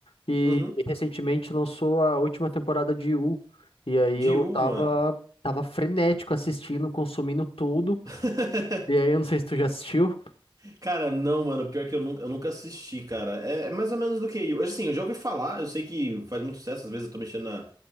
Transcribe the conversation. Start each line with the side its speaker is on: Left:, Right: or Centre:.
Left: E
Right: Uhum.
Left: recentemente lançou a última temporada de U. E aí
Right: De
Left: eu
Right: U,
Left: tava,
Right: mano.
Left: tava frenético assistindo, consumindo tudo.
Right: <laughs>
Left: E aí, eu não sei se tu já assistiu.
Right: Cara, não, mano. Pior que eu nunca, eu nunca assisti, cara. É, é mais ou menos do que eu. Assim, eu já ouvi falar, eu sei que faz muito sucesso, às vezes eu tô mexendo na,